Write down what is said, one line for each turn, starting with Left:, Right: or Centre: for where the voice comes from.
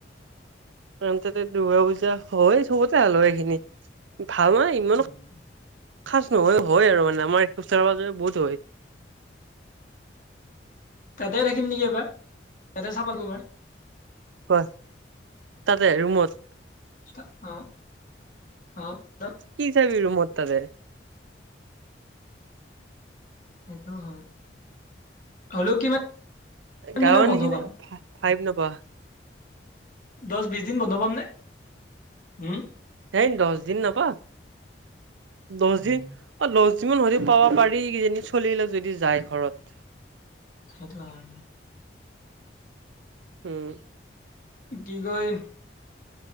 Right: আন তাতে দুৰ্গা পূজা হয় চবতে আলো এইখিনি। ভাল মানে ইমানো
Left: উম,
Right: সাচ নহয় হয় আৰু মানে আমাৰো ওচৰে পাজৰে বহুত হয়।
Left: তাতে থাকিম নেকি এবাৰ তাতে চাফা কৰিবাৰ।
Right: হয়, তাতে ৰুমত?
Left: <inaudible>
Right: কি চাবি ৰুমৰ তাতে?
Left: সেইটো হয়। হ'লেও কিমান
Right: গাঁৱৰ
Left: দিনমান বন্ধ
Right: নিচিনা
Left: পাম
Right: ভাইভ নাপাৱ।
Left: দহ বিশ দিন বন্ধ পাম নে উম।
Right: সেই দহ দিন নাপাৱ। দহ
Left: উম,
Right: দিন অ' দহ দিনমান হ'লেও পাব পাৰি কিজানী চলিবিলাক যদি যায় ঘৰত।
Left: সেইটো হয়।
Right: উম।
Left: কি কয়